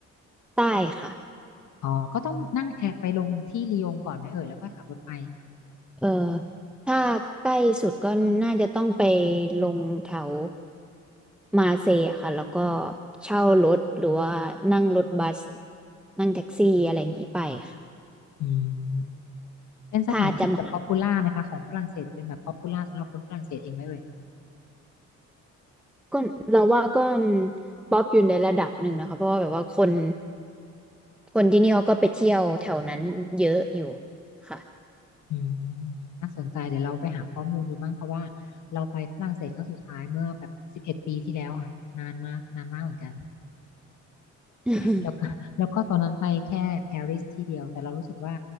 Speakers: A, in the centre; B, on the left.
A: ใต้ค่ะ
B: อ๋อก็ต้องนั่งแอบไปลงที่ลียงก่อนไหมเอ่ยแล้วค่อยขับรถไป
A: เออถ้าใกล้สุดก็น่าจะต้องไปลงแถวมาเซย์ค่ะแล้วก็เช่ารถหรือว่านั่งรถบัสนั่งแท็กซี่อะไรอย่างนี้ไปค่ะ
B: อืมเป็นสถานที่แบบป๊อปปูล่าไหมคะของฝรั่งเศสเป็นแบบป๊อปปูล่าสำหรับคนฝรั่งเศสเองไหมเอ่ย
A: ถ้าจะมาก็เราว่าก็ป๊อปอยู่ในระดับหนึ่งนะคะเพราะว่าแบบว่าคนคนที่นี่เขาก็ไปเที่ยวแถวนั้นเยอะอยู่ค่ะ
B: อืมน่าสนใจเดี๋ยวเราไปหาข้อมูลดูบ้างเพราะว่าเราไปฝรั่งเศสครั้งสุดท้ายเมื่อแบบสิบเอ็ดปีที่แล้วอ่ะนานมากนานมากเหมือนกัน
A: <laughs>
B: แล้วก็ <laughs> แล้วก็ตอนนั้นไปแค่ปารีสที่เดียวแต่เรารู้สึกว่า